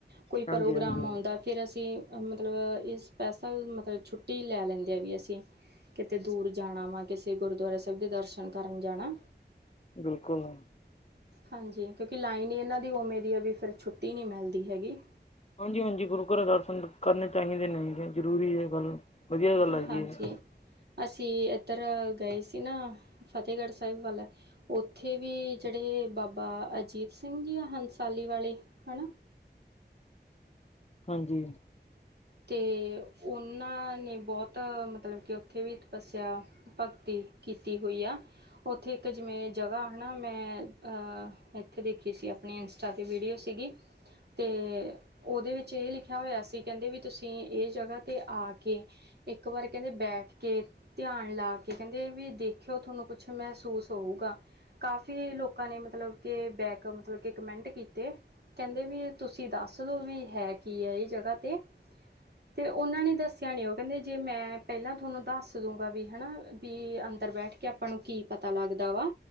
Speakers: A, on the right; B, on the left.
A: ਕੋਈ ਪ੍ਰੋਗਰਾਮ
B: ਹਾਂਜੀ ਹਾਂਜੀ
A: ਆਉਂਦਾ ਫਿਰ ਅਸੀਂ ਮਤਲਬ ਇਹ ਸਪੈਸ਼ਲ ਮਤਲਬ ਛੁੱਟੀ ਲੈ ਲੈਂਦੇ ਆਾਂ ਵੀ ਅਸੀਂ ਕਿਤੇ ਦੂਰ ਜਾਣਾ ਵਾ ਕਿਸੇ ਗੁਰਦੁਆਰਾ ਸਾਹਿਬ ਦੇ ਦਰਸ਼ਨ ਕਰਨ ਜਾਣਾ।
B: ਬਿਲਕੁਲ
A: ਹਾਂਜੀ ਕਿਉਂਕਿ ਲਾਈਨ ਇਹਨਾਂ ਦੀ ਉਵੇਂ ਦੀ ਆ ਵੀ ਫਿਰ ਛੁੱਟੀ ਨਹੀਂ ਮਿਲਦੀ ਹੈਗੀ।
B: ਹਾਂਜੀ ਹਾਂਜੀ ਗੁਰੂ ਘਰ ਦਰਸ਼ਨ ਕਰਨੇ ਚਾਹੀਦੇ ਨੇ ਗੇ ਜ਼ਰੂਰੀ ਹੈ ਗੱਲ। ਵਧੀਆ ਗੱਲ ਹੈਗੀ
A: ਹਾਂਜੀ
B: ਹੈ।
A: ਅਸੀਂ ਇੱਧਰ ਗਏ ਸੀ ਨਾ। ਫਤਿਹਗੜ੍ਹ ਸਾਹਿਬ ਵਾਲਾ ਉੱਥੇ ਵੀ ਜਿਹੜੇ ਬਾਬਾ ਅਜੀਤ ਸਿੰਘ ਜੀ ਆ ਹੰਸਾਲੀ ਵਾਲੇ ਹੈ ਹਨਾ।
B: ਹਾਂਜੀ
A: ਅਤੇ ਉਹਨਾਂ ਨੇ ਬਹੁਤ ਮਤਲਬ ਕਿ ਉੱਥੇ ਵੀ ਤਪੱਸਿਆ ਭਗਤੀ ਕੀਤੀ ਹੋਈ ਆ। ਉੱਥੇ ਇੱਕ ਜਿਵੇਂ ਜਗ੍ਹਾ ਹਨਾ ਮੈਂ ਅਹ ਇੱਥੇ ਦੇਖੀ ਸੀ ਆਪਣੇਇਨਸਤਾ ਦੀ ਵੀਡੀਓ ਸੀਗੀ ਤੇ ਉਹਦੇ ਵਿੱਚ ਇਹ ਲਿਖਿਆ ਹੋਇਆ ਸੀ ਕਹਿੰਦੇ ਵੀ ਤੁਸੀਂ ਇਹ ਜਗ੍ਹਾ 'ਤੇ ਆ ਕੇ ਇੱਕ ਵਾਰ ਕਹਿੰਦੇ ਬੈਠ ਕੇ ਧਿਆਨ ਲਾ ਕੇ ਕਹਿੰਦੇ ਵੀ ਦੇਖਿਓ ਤੁਹਾਨੂੰ ਕੁੱਛ ਮਹਿਸੂਸ ਹਊਗਾ ਕਾਫੀ ਲੋਕਾਂ ਨੇ ਮਤਲਬ ਕੇ ਬੈਕ ਮਤਲਬ ਕੇ ਕਮੈਂਟ ਕੀਤੇ। ਕਹਿੰਦੇ ਵੀ ਤੁਸੀਂ ਦੱਸ ਦੋ ਵੀ ਹੈ ਕੀ ਹੈ ਇਹ ਜਗ੍ਹਾ ਤੇ। ਤੇ ਉਹਨਾਂ ਨੇ ਦੱਸਿਆ ਨੀ ਉਹ ਕਹਿੰਦੇ ਜੇ ਮੈਂ ਪਹਿਲਾਂ ਤੁਹਾਨੂੰ ਦੱਸ ਦ ਦੂੰਗਾ ਵੀ ਹਨਾ ਵੀ ਅੰਦਰ ਬੈਠ ਕੇ ਆਪਾਂ ਨੂੰ ਕੀ ਪਤਾ ਲੱਗਦਾ ਵਾ।